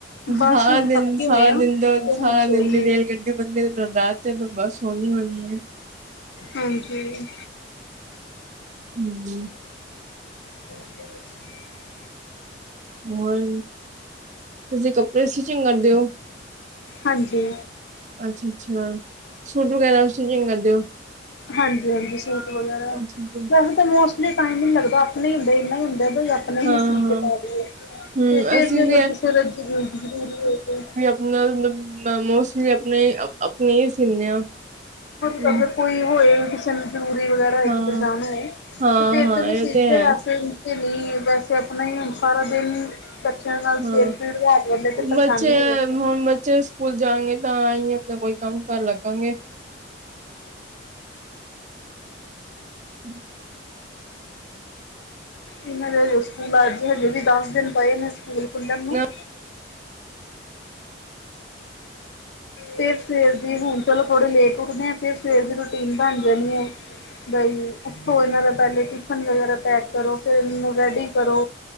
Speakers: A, on the left; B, on the right.
A: ਬਸ
B: ਸਾਰਾ
A: ਹੁਣ
B: ਦਿਨ
A: ਥੱਕੇ
B: ਸਾਰਾ
A: ਹੋਏ ਆ
B: ਦਿਨ
A: ਤੇ
B: ਸਾਰਾ
A: ਹੁਣ ਸੋਈਏ
B: ਦਿਨ ਤੇ ਰੇਲਗੱਡੀ ਬਣਦੀ ਰਾਤ ਨੂੰ ਤੇ ਬਸ ਹੋਣੀ ਹੋਣੀ ਏ।
A: ਹਾਂਜੀ।
B: ਹੂੰ
A: <inaudible>
B: ਹੋਰ, ਤੁਸੀਂ ਕੱਪੜੇ ਸਟਿਚਿੰਗ ਕਰਦੇ ਓ?
A: ਹਾਂਜੀ।
B: ਅੱਛਾ-ਅੱਛਾ ਸੂਟ ਵਗੈਰਾ ਸਟਿਚਿੰਗ ਕਰਦੇ ਓ?
A: ਹਾਂਜੀ-ਹਾਂਜੀ ਸੂਟ ਵਗੈਰਾ
B: ਅੱਛਾ ਅੱਛਾ
A: ਮੋਸਟਲੀ ਟਾਈਮ ਹੀ ਨੀ ਲਗਦਾ ਆਪਣੇ ਹੀ ਹੁੰਦੇ ਇਨਾ ਹੀ ਹੁੰਦਾ ਬਈ ਆਪ ਹੀ
B: ਹਾਂ
A: ਸੀ
B: ਹਾਂ
A: ਕੇ ਪਾ ਲਈਏ,
B: ਹੂੰ,
A: ਤੇ ਫੇਰ
B: ਅਸੀਂ
A: ਜੇ ਅਗਰ
B: ਵੀ ਐ
A: ਕਿਸੇ ਦਾ ਜ਼ਰ ਜ਼ਰੂਰੀ ਹੋਵੇ ਤੇ
B: ਮੈਂ ਮੈ ਮੋਸਟਲੀ ਆਪਣੇ ਆਪਣੇ ਹੀ ਸੀਨੀ ਆ। ਹੂੰ,
A: ਕਲਰ ਕੋਈ ਹੋਏ ਜ਼ਰੂਰੀ ਵਗੈਰਾ
B: ਹਾਂ,
A: ਇੱਕ ਤੇ ਜਾਣਾ ਏ,
B: ਹਾਂ,
A: ਤੇ ਫਿਰ
B: ਹਾਂ
A: ਤੈ ਮੈਂ
B: ਇਹ
A: ਸਿਮਦੀ
B: ਤੇ ਹੈ
A: ਤੇ ਨਹੀਂ, ਵੈਸੇ ਆਪਣਾ ਹੀ ਹੁਣ ਸਾਰਾ ਦਿਨ ਬਚਿਆ ਨਾਲ
B: ਹਾਂ।
A: ਸਿਰ ਪੀੜ ਕਰਦੇ, ਤੇ ਪਰੇਸ਼ਾਨੀ
B: ਬੱਚੇ
A: ਹੋ
B: ਐ
A: ਜਾਂਦੇ।
B: ਹੁਣ ਬੱਚੇ ਸਕੂਲ ਜਾਗੇ ਤਾਂਈ, ਆਪਣਾ ਕੋਈ ਕੰਮ ਕਰਨ ਲੱਗਾਂਗੇ। ਹਮ।
A: ਇਹਨਾਂ ਦੇਜ ਸਕੂਲ ਅੱਜ, ਹਜੇ ਵੀ ਦੱਸ ਦਿਨ ਪਏ ਨੇ ਸਕੂਲ ਖੁਲਨ ਨੂੰ
B: ਨਾ
A: ਫਿਰ ਸਵੇਰ ਦੀ, ਹੁਣ ਚਲੋ ਥੋੜੇ ਲੇਟ ਉਠਦੇ ਆ, ਫਰ ਸਵੇਰ ਦੀ ਰੂਟੀਨ ਬਣ ਜਾਣੀ ਹੈ। ਗਈਏ ਉੱਠੋ ਇਹਨਾਂ ਦਾ ਪਹਿਲੇ ਟਿਫਨ ਵਗੈਰਾ ਪੈਕ ਕਰੋ, ਫਿਰ ਇਹਨੂੰ ਰੈਡੀ ਕਰੋ,